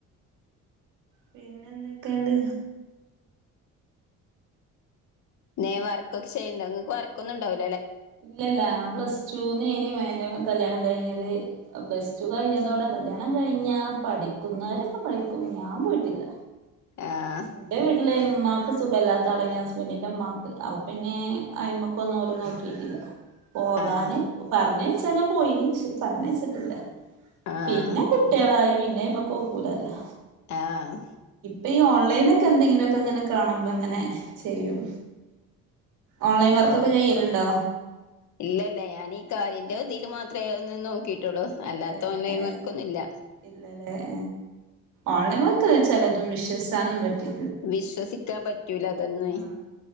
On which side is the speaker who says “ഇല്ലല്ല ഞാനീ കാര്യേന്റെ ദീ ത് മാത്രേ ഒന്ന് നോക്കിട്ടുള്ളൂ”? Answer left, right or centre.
Left